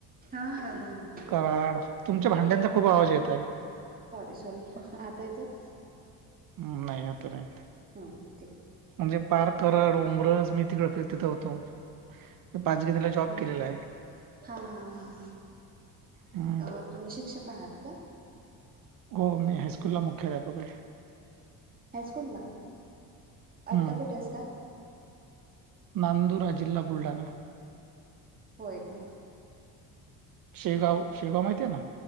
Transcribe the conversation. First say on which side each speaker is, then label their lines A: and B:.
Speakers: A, on the right; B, on the right.
A: हा हा हा हा हा हा
B: कराड तुमच्या भांड्यांचा खूप आवाज येत आहे
A: सॉरी सॉरी आता येतोय
B: हम्म नाही आता नाही येत
A: हा ठीक आहे
B: जे, पार करर उंब्रज मी तिकडे फिरतीत, होतो पाचगणीला जॉब
A: हा
B: केलेला आहे
A: हा हा हा हा
B: हम्म.
A: आ तुम्ही शिक्षक आहात का
B: हो मी हायस्कूल ला मुख्याध्यापक आहे
A: हायस्कूल ला आता
B: हम्म.
A: कुठे असता
B: नांदुरा जिल्हा बुलढाणा
A: होय का
B: शेगाव शेगाव माहिती आहे ना